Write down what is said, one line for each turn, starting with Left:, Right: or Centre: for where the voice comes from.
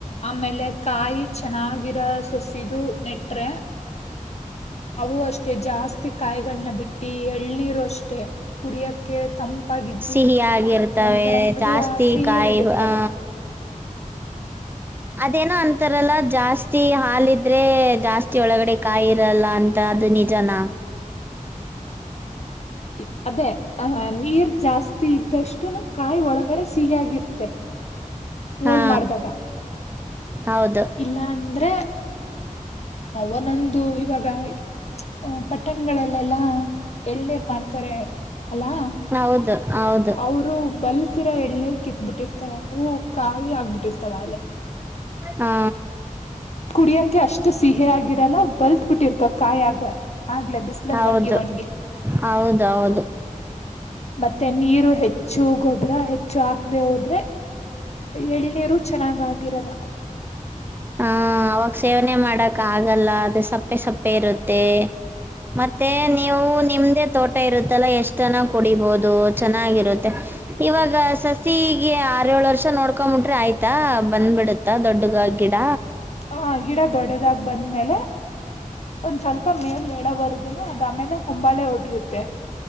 Left: ಆಮೇಲೆ ಕಾಯಿ ಚೆನ್ನಾಗಿರೋ ಸಸಿದು ನೆಟ್ರೆ ಅವು ಅಷ್ಟೇ ಜಾಸ್ತಿ ತಿ ಕಾಯಿಗಳ್ನ ಬಿಟ್ಟಿ ಎಳ್ನೀರು ಅಷ್ಟೆ ಕುಡಿಯಕ್ಕೆ ತಂಪಾಗಿದ್ದಿ
Right: ಸಿಹಿಯಾಗಿರ್ತವೆ
Left: ಒಂಥರ ಮೃದುವಾಗ್
Right: ಜಾಸ್ತಿ
Left: ಸಿಹಿಯಾಗಿರ್ತವೆ.
Right: ಕಾಯಿ ಆ ಅದೇನೋ ಅಂತಾರಲ್ಲ ಜಾಸ್ತಿ ಹಾಲ್ ಇದ್ರೆ ಜಾಸ್ತಿ ಒಳಗಡೆ ಕಾಯಿ ಇರಲ್ಲ ಅಂತ. ಅದು ನಿಜನಾ?
Left: <unintelligible> ಇ ಅದೇ ಅಹ ನೀರ್ ಜಾಸ್ತಿ ಇದ್ದಷ್ಟುನು ಕಾಯಿ ಒಳಗಡೆ ಸಿಹಿಯಾಗಿರುತ್ತೆ ಹೋಳ್
Right: ಹಾ
Left: ಮಾಡ್ದಾಗ.
Right: ಹೌದು
Left: ಇಲ್ಲ ಅಂದ್ರೆ ಒನೊಂದು ಇವಾಗ ಹ ಪಟ್ಟಣ್ಗಳಲ್ಲೆಲ್ಲಾ ಎಳನೀರ್ ಮಾರ್ತಾರೆ. ಅಲಾ
Right: ಹೌದು ಹೌದು
Left: ಅವರು ಬಲ್ ತೀರೋ ಎಳ್ನೀರ್ ಕಿತ್ಬಿಟ್ಟಿರ್ತಾರೆ ಅವು ಕಾಯಿ ಆಗ್ಬಿಟ್ಟಿರ್ತಾವ ಆಲೆ.
Right: ಹಾ
Left: ಕುಡಿಯಕ್ಕೆೆ ಅಷ್ಟು ಸಿಹಿ ಆಗಿರಲ್ಲ ಬಲ್ತ್ ಬಿಟ್ಟಿರ್ತವ ಕಾಯಾಗ ಆಗ್ಲೇ ಬಿಸ್ಲಲ್
Right: ಹೌದು
Left: ಒಣ್ಗಿ ಒಣ್ಗಿ.
Right: ಹೌದೌದು
Left: ಮತ್ತೆ ನೀರು ಹೆಚ್ಚು ಗೊಬ್ಬರ ಹೆಚ್ಚು ಹಾಕ್ದೆ ಹೋದ್ರೆ ಎಳ್ನೀರು ಚೆನ್ನಾಗಾಗಿರಲ್ಲ.
Right: ಹ ಅವಾಗ ಸೇವನೆ ಮಾಡಕ್ ಆಗಲ್ಲ ಅದು ಸಪ್ಪೆ ಸಪ್ಪೆ ಇರುತ್ ತ್ತೆ ಮತ್ತೆ ನೀವು ನಿಮ್ದೇ ತೋಟ ಇರುತ್ತಲ್ಲ ಎಷ್ಟಾನ ಕುಡಿಬೋದು ಚೆನ್ನಾಗಿರುತ್ತೆ ಇವಾಗ ಸಸಿ ಹೀಗೆ ಆರೇಳ್ ವರ್ಷ ನೋಡ್ಕೊಂಬಿಟ್ರಿ ಆಯ್ತಾ ಬಂದ್ಬಿಡುತ್ತ ದೊಡ್ಡಗ ಗಿಡ?
Left: ಹ ಗಿಡ ದೊಡ್ಡದಾಗ ಬಂದ್ಮೇಲೆ ಒಂದ್ ಸ್ವಲ್ಪ ಮೇಲ್ ಏಳವರ್ಗುನು ಅದಮೇಲ್ ಹೊಂಬಾಳೆ ಹೊಡಿಯುತ್ತೆ.